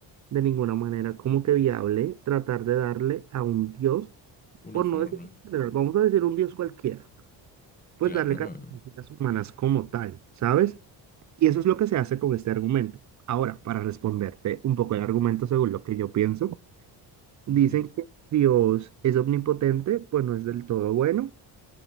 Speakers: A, on the right (about 40°); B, on the left (about 20°).
A: de ninguna manera como que viable tratar de darle a un Dios,
B: Una
A: por
B: forma,
A: no decir en general, vamos a decir un Dios cualquiera, pues
B: claro.
A: darle características
B: Eh,
A: humanas como tal, ¿sabes? Y eso es lo que se hace con este argumento. Ahora, para responderte un poco el argumento según lo que yo pienso, dicen
B: ujú,
A: que Dios es omnipotente, pues no es del todo bueno,